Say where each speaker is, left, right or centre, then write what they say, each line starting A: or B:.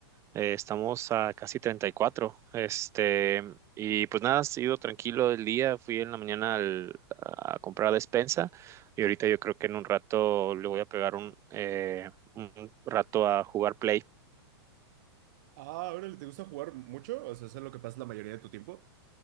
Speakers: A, on the right; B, on the right.
A: Eh, estamos a casi 34, Este, y pues nada, ha sido tranquilo el día. Fui en la mañana al- a comprar despensa y ahorita yo creo que en un rato le voy a pegar un, eh, un rato a jugar Play.
B: Ah, órale, ¿te gusta jugar mucho? O sea, ¿es en lo que pasas la mayoría de tu tiempo?